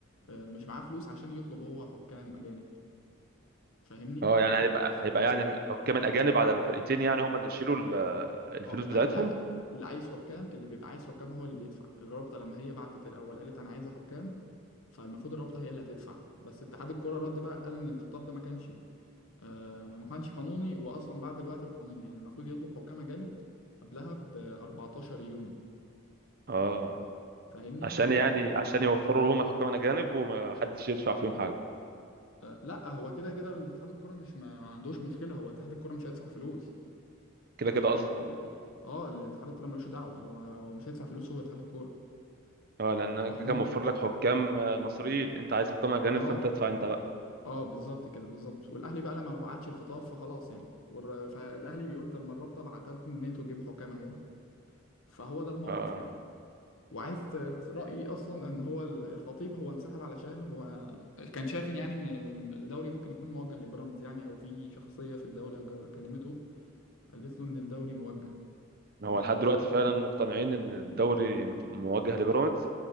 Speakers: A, on the left; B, on the right.
A: آه، مش معاه فلوس عشان يطلب هو حكام اجانب فاهمني
B: اه يعني هيبقى
A: ف
B: هيبقى يعني حكام الاجانب على الفرقتين يعني هم اللي يشيلوا ال- الفلوس
A: اه لا
B: بتاعتهم
A: لا اللي عايز حكام اللي بيبقى عايز حكام هو اللي بيدفع الرابطه لما هي بعتت الاول قالت انا عايزه حكام فالمفروض الرابطه هي اللي هتدفع بس اتحاد الكوره رد بقى قال ان الخطاب ده ما كانش آه، ما كانش قانوني واصلا بعد الوقت القانوني يعني المفروض يطلب حكام اجانب قبلها ب 14 يوم
B: اه
A: فاهمني
B: عشان يعني عشان يوفروا لهم الحكام الاجانب وما حدش يدفع فيهم حاجه
A: آه، لا هو كده كده الاتحاد الكوره مش ما عندوش مشكله هو اتحاد الكوره مش هيدفع فلوس
B: كده
A: هو
B: كده
A: ال...
B: اصلا
A: ال... ال... اه الاتحاد الكوره ملوش دعوه هو هو مش هيدفع فلوس هو اتحاد الكوره
B: اه لان أنا
A: فاهمني
B: كده كده موفر لك حكام آه، مصريين انت عايز حكام اجانب
A: اه
B: فانت ادفع انت بقى
A: اه بالظبط كده بالظبط والاهلي بقى لما ما بعتش الخطاب فخلاص يعني والر... فالاهلي بيقول طب ما الرابطه بعتها لكم منين انتوا تجيبوا حكام اجانب فهو ده الموقف
B: اه
A: يعني وعايز ت- ت- رايي اصلا ان هو ال- الخطيب هو انسحب علشان هو كان شايف إن يعني ان الدوري ممكن يكون موجه لبيراميدز يعني او في شخصيه في الدوله جا- كلمته قالت له ان الدوري موجه
B: هو
A: يا بيراميدز
B: لحد دلوقتي فعلا مقتنعين ان الدوري مت- موجه لبيراميدز